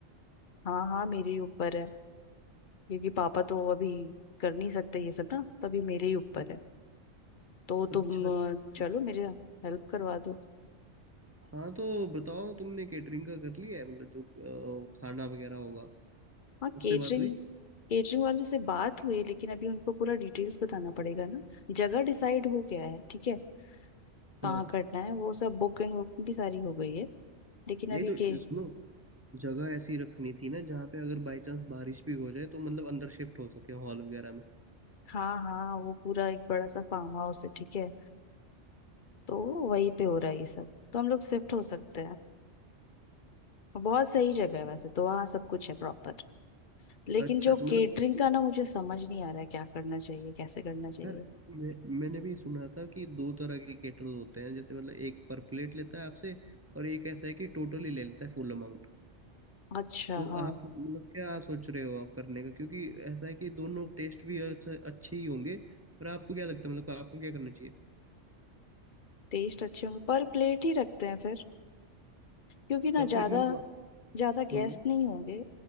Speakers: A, on the left; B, on the right.
A: हाँ हाँ मेरे ही ऊपर है क्योंकि पापा तो अभी कर नहीं सकते ये सब ना तो अभी मेरे ही ऊपर
B: हम्म।
A: है तो
B: अच्छा
A: तुम
B: अच्छा
A: अ, चलो मेरे हेल्प करवा दो
B: हाँ तो बताओ तुमने केटरिंग का कर लिया है मतलब जो अ, खाना वगैरह होगा
A: हाँ
B: उससे
A: केटरिंग
B: बात हुई
A: केटरिंग वाले से बात हुई है लेकिन अभी उनको पूरा डिटेल्स बताना पड़ेगा ना जगह डिसाइड हो गया है ठीक है कहाँ
B: हाँ
A: करना है वो सब बुकिंग वुकिंग भी सारी हो गई है लेकिन
B: नहीं
A: अभी
B: तो
A: के
B: सुनो जगह ऐसी रखनी थी ना जहाँ पे अगर बाई चांस बारिश भी हो जाए तो मतलब अंदर शिफ्ट हो सके हॉल वगैरह में
A: हाँ हाँ वो पूरा एक बड़ा सा फार्म हाउस है ठीक है तो वहीं पे हो रहा है ये सब तो हम लोग शिफ्ट हो सकते हैं और बहुत सही जगह है वैसे तो वहाँ सब कुछ है प्रॉपर लेकिन
B: अच्छा
A: जो
B: तो मतलब
A: केटरिंग का ना मुझे समझ नहीं आ रहा है क्या करना चाहिए कैसे करना चाहिए
B: यार मैं मैंने भी सुना था कि दो तरह के केटर्स होते हैं जैसे मतलब एक पर प्लेट लेता है आपसे और एक ऐसा है कि टोटली ले लेता है फुल अमाउंट
A: अच्छा
B: तो
A: हाँ
B: आप मतलब क्या सोच रहे हो आप करने का क्योंकि ऐसा है कि दोनों टेस्ट भी अच्छा अच्छे ही होंगे पर आपको क्या लगता है मतलब आपको क्या करना चाहिए
A: टेस्ट अच्छे होंगे पर प्लेट ही रखते हैं फिर क्योंकि ना
B: पर
A: ज्यादा
B: प्लेट मतलब
A: ज्यादा
B: हम्म
A: गेस्ट नहीं होंगे